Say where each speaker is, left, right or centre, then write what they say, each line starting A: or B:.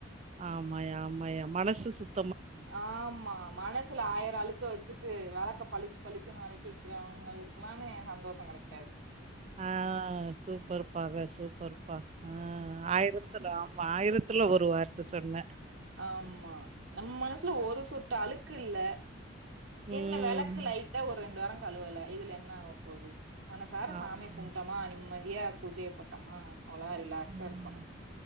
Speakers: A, on the right (about 35°); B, on the right (about 80°).
A: ஆமாயா ஆமாயா மனசு சுத்
B: ஆமா மனசுல ஆயிரம் அழு க்க வச்சுட்டு விளக்க பளிச்சு பளிச்சுனு வெலக்கி வைக்கிறவங்களுக்கு களாம் சந்தோஷம் கிடைக்காது
A: ஆஹ் சூப்பர் பா வ சூப்பர் பா ஆஹ் ஆயிரத்துல ஆமா ஆயிரத்து த்துல ஒரு வார்த்த சொன்ன
B: ஆமா நம்ம மனசுல ஒரு சொட்டு அழுக்கு இல்ல
A: ம்
B: என்ன விளக்கு லைட்டா ஒரு ரெண்டு வாரங் கழுவல இதுல என்ன ஆவப்போது மனசார
A: ஆமா
B: சாமி கும்ப்டமா நிம்மதியா பூஜைய போட்டமா அவ்ளாத ரிலாக்ஸா
A: ம்.
B: இருக்கணு